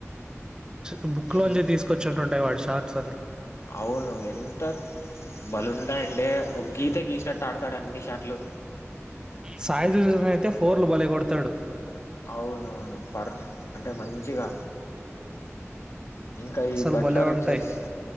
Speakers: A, on the right; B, on the left.
A: ఉమ్ బుక్
B: ఎన్
A: లోంచి తీసుకొచ్చినట్టు ఉంటాయి వాడి షాట్స్.
B: అవును ఎంతక్ బలుంటాయండి ఒక గీతా గీసినట్టు ఆడుతాడు అన్ని షాట్లు.
A: సాయి సృజన్ అయితే ఫోర్లు బాలే కొ ఆడతాడు.
B: అవును అవును పర్ అంటే మంచిగా. ఇంకా ఈ
A: అసలు
B: బట్లర్
A: భలే
B: వచ్చేసి
A: ఉంటాయి